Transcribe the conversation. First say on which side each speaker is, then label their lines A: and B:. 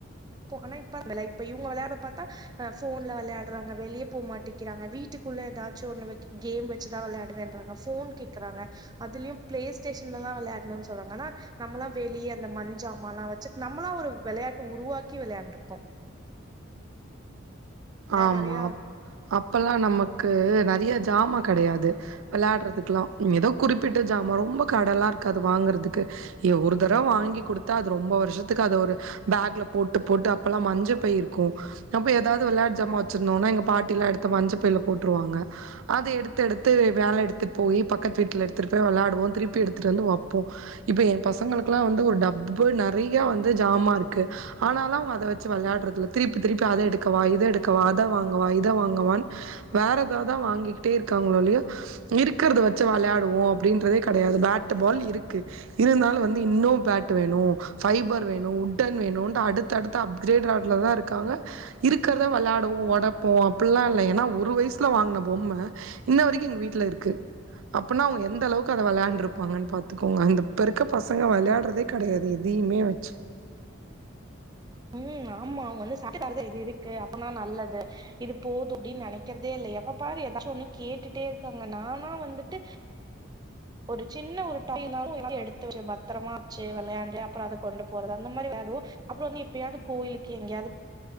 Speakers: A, on the right; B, on the right.
A: க்கு ஆனா இப்ப அந்த லைப்பு இவுங்க வெளாற பாத் ப அ ஃபோன்ல வெளையாட்றாங்க வெளிய போ மாட்டிக்கிறாங்க வீட்டுக்குள்ள எதாச்சு ஒன்னு வக் கேம் வச்சுதா வெளையாடுறேன்றாங்க ஃபோன் கேக்குறாங்க அதுல்யு பிளேஸ் ஸ்டேஷன்ல தா விளையாட்னுன் சொல்றாங்க ஆனா நம்முளா வெளிய இந்த மண்ஜாமாலா வச்சு நம்முளா ஒரு வெளையாட்டு உருவாக் கி விளாய்ண்ட்ருக்கோ
B: ஆமா
A: நெறையா
B: அப்பல்லா நமக்கு நறைய ஜாமா கெடையாது வெளாடுறதுக்குலா எதோ குறிப்பிட்ட ஜாமா ரொம்ப கடலா இருக்காது வாங்குறதுக்கு எ ஒரு தடவ் வாங்கி குடுத்தா அது ரொம்பா வருஷத்துக்கு அத ஒரு பேக்ல போட்டு போட்டு அப் அப்பலா மஞ்ச பை இருக்கு நம்ப எதாது விளாட் தமா வச்சிர்ந்தோனா எங்க பாட்டிலா எடுத்து மஞ்ச பைல போட்ருவாங்க அத எடுத்தெடுத்து வேல எடுத்துட் போயி பக்கத்து வீட்ல எடுத்துடு போய் வெளாடுவோ திருப்பி எடுத்துட்டு வந்து வப்போ இப்ப என் பசங்களுக்குலா வந்து ஒரு டப்பு நறையா வந்து ஜாமா இருக்கு ஆனாலு அவ்ங்க அத வச்சு வள்யாடுறதில திருப்பு திருப்பி அத எடுக்கவா இது எடு கவா அத வாங்கவா இதவாங்கவான் வேரெதாவ்தா வாங்கிகிட்டே இருக்காங்லொளிய இருக்குறத வச்சு வளாய்டுவோ அப்டின்றதே கடையாது பேட்டு பால் இருக்கு இருந்தாலு வந்து இன்னு பேட்டு வேணு ஃபைபர் வேனு உட்டன் வேனுன்ட்டு அடுத்தடுத்து அப்கிரேடு ராட்லதா இருக்காங்க இருக்கறத வெளா டோ ஒடப்போ அப்புல்லா இல்ல எனா ஒரு வய்ஸ்ல வாங்ன பொம்ம இன்ன வரைக்கு எங்க வீட்ல இருக்கு அப்புனா அவுங்க எந்தளவக்கு அத வெளாண்ட்ருப்பாங்கன் பாத்துக்கோங்க இந்த இப்பருக்க பசங்க வெள்யாட்றதே கடையாது எதியுமே வச்சு
A: ம் ஆமா அவுங் வந்து <unintelligible> இது இருக்கு அப்பனா நல்லது இது போது அப்டின் நனைக்கிறதே இல்ல எப்ப பாரு எதாச்சு ஒன்னு கேட்டுட்டே இருக்காங்க நானா வந்துட்டு ஒரு சின்ன ஒரு <unintelligible> னாலு எல்லாத்தியு எடுத்து வச்சு பத்தரமா வச்சு வெளையாண்டு அப்புறோ அத கொண்டு போறது அந்த மாரி வெளயாடுவோ அப்புறோ நீ எப்பியாது கோயிலுக்கு எங்யாது